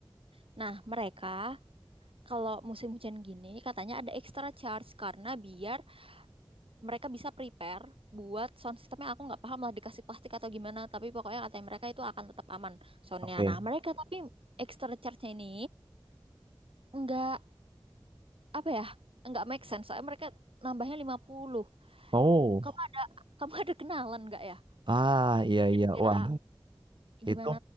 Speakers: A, on the right (about 75°); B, on the right (about 60°).
A: Nah, mereka kalau musim hujan gini katanya ada extra charge karena biar mereka bisa prepare buat sound systemnya aku nggak paham lah dikasih plastik atau gimana tapi pokoknya katanya mereka itu akan tetap aman soundnya
B: oke
A: nah mereka tapi extra charge-nya ini nggak apa ya nggak make sense soalnya mereka nambahnya 50.
B: oh
A: kamu ada, kamu ada kenalan nggak ya
B: ah iya
A: kira-kira
B: iya wah
A: gimana
B: Itu